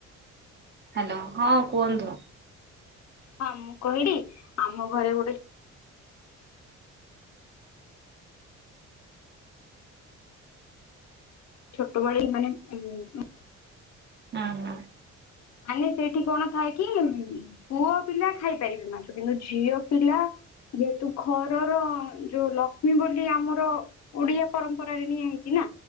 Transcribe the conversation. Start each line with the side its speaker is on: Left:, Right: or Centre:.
Right: ହ୍ୟାଲୋ ହଁ କୁହନ୍ତୁ।
Left: ହଁ ମୁଁ କହିଲି ଆମ ଘରେ ଗୋଟେ ଛୋଟବେଳେ ମାନେ ଉ
Right: ହଁ ହଁ।
Left: ମାନେ ସେଇଠି କଣ ଥାଏ କି ପୁଅ ପିଲା ଖାଇପାରିବେ ମାଛ କିନ୍ତୁ ଝିଅ ପିଲା ଯେହେତୁ ଘରର ଯୋଉ ଲକ୍ଷ୍ମୀ ବୋଲି ଆମର ଓଡିଆ ପରମ୍ପରାରେ ନିଆ ହେଇଛି ନା